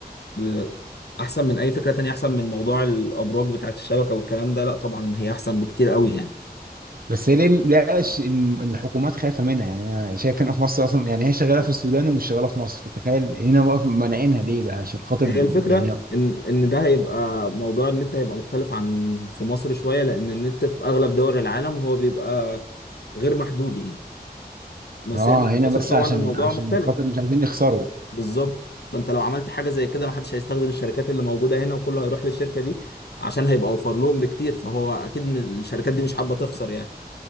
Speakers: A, on the left; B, on the right.
A: بال- احسن من اي فكره تانية احسن من موضوع الابراج بتاعت الشبكه والكلام ده لا طبعا هي احسن بكتير قوي يعني
B: بس هي ليه لقاش ان الحكومات خايفه منها يعني انا شايف هنا في مصر اصلا يعني هي شغاله في السودان ومش شغاله في مصر تخيل هنا بقى مانعينها ليه بقى عشان خاطر
A: هي الفكرة
B: يعني
A: إن إن ده هيبقى موضوع النت هيبقى مختلف عن في مصر شوية لأن النت في أغلب دول العالم هو بيبقى غير محدود يعني بس
B: اه
A: هنا في
B: هنا
A: مصر
B: بس
A: طبعا
B: عشان
A: الموضوع
B: عشان
A: مختلف
B: خاطر مش عايزين يخسروا
A: بالظبط فأنت لو عملت حاجة زي كده محدش هيستخدم الشركات اللي موجودة هنا وكله هيروح للشركة دي عشان هيبقى أوفر لهم بكتير فهو أكيد من- الشركات دي مش حابة تخسر يعني